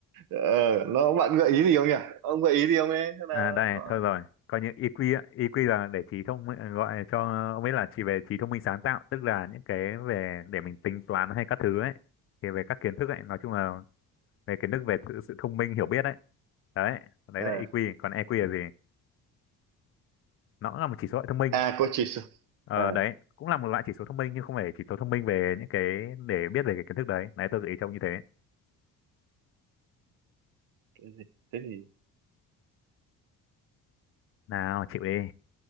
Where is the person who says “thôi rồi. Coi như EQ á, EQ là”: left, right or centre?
Left